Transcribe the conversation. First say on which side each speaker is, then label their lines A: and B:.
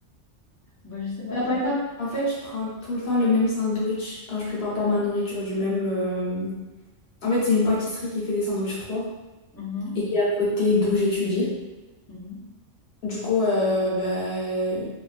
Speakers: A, on the left (about 25°); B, on the left (about 60°).
A: bon, je sais
B: Bah,
A: pas comment.
B: par exemple, en fait, je prends tout le temps le même sandwich quand je prépare pas ma nourriture du même... euh, En fait, c'est une pâtisserie qui fait des sandwichs froids
A: Mhm,
B: et qui est à côté d'où j'étudie.
A: mhm.
B: Du coup, euh, bah,